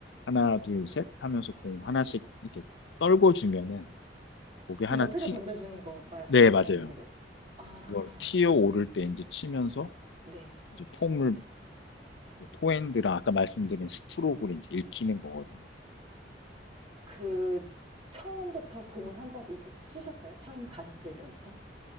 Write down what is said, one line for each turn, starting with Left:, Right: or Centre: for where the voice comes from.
Left: 하나, 둘, 셋 하면서 공 하나씩 이렇게 떨궈 주면은 그게
Right: 그
Left: 하나
Right: 옆에서
Left: 튀,
Right: 던져주는 거 말,
Left: 네,
Right: 말씀하시는
Left: 맞아요.
Right: 거죠? 아,
Left: 그걸 티어 오를 때 이제 치면서
Right: 네.
Left: 이제 폼을, 포핸드랑 아까 말씀드린 스트로크를 이제 읽히는 거거든요.
Right: 그, 처음부터 공을 한번 이렇게 치셨어요? 처음 가셨을 때부터?